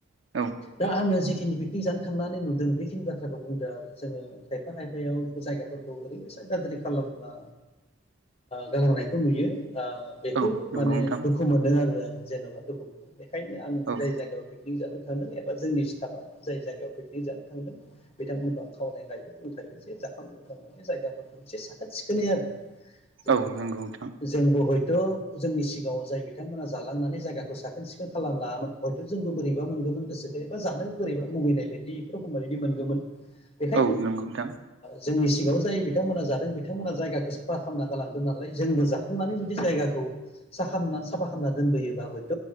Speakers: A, on the right; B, on the left.
A: औ
B: दा आंङो जिखिनि खिनि पिकनिक जानो थांनानै नुदों बेखिनि बाथ्राखौ बुंदो आरो जोंङो खायफा खायफायाव जायगाफोरखौ ओरैबायदि गाज्रि खालामना गालांनायखौ नुयो। बेखौ
A: औ नंगौ
B: माने
A: नोंथां
B: दुखु मोनदों आरो आंङो जेनबा दुखु मोनो बे। ओंखायनो आं
A: औ
B: जाय जायगायाव पिकनिक जानो थांदों एबा जोंनि सिथाफा जाय जायगायाव पिकनिक जानो थांदों बिथांमोनखौ आं खावलायखायो बुंखायो जे थांनो थांनानै जायगाफोरखौ एसे साखोन सिखोनै आरो जेनेबा
A: औ नंगौ नोंथां
B: जोंबो हयथ। जोंनि सिगांङाव जाय बिथांमोना जालांनानै जायगाखौ साखोन सिखोन खालामलाङामोन हयथ जोंबो बोरैबा मोनगौमोन। गोसोखो एबा जानो बोरैबा मुगैनाय बादि एखमबा मोनगौमोन। बेखायनो
A: औ नंगौ नोंथां।
B: जोंनि सिगांङाव जाय बिथांमोना जादों बिथांमोना जायगाखौ साफा खालामना गालांदों नालाय जोंबो जाखांनानै जुदि जायगाखौ ना साफा खालामना दोनबोयोबा हयथ